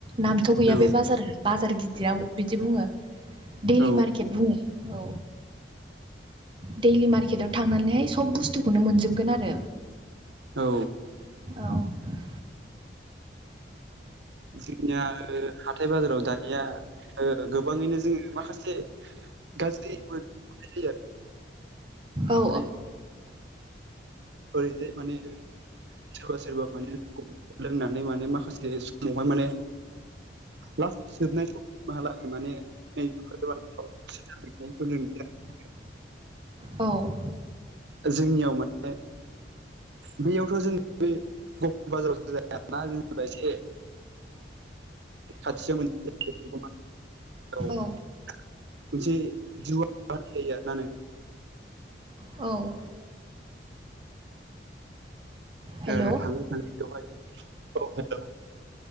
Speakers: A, on the right; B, on the right.
A: नामथ' गैया
B: औ
A: बे बाजारा बाजार गिदिराव बिदि बुङो दैडलि
B: औ
A: मारकेट बुङो । औ दैडलि मारकेटाव थांनानैहाय सब बुस्थु बथुनो मोनोबगोन आरो
B: औ
A: औ ।
B: जोंनिया हाथाय बाजाराव दानिया ओ गोबाङैनो जोङो माखासे गाज्रि मोनाय जायो
A: औ
B: आरोना । <unintelligible> माने सोरबा सोरबा माने लोंनानै माने माखासे समावहाय माने लास जोबनाय सम मालाग माने नैबेखौ गोबनायखौ नुयो आरो ।
A: औ
B: जोंनियाव माने बेयावथ' जेन बे <unintelligible> जेनेबा एसे खाथियाव मोनसे <unintelligible> मोनसे
A: औ
B: जिवा जायो आरो ना नोंथां
A: औ हेल'
B: ए
A: औ
B: थाङै थाङै बेवहाय औ हेल'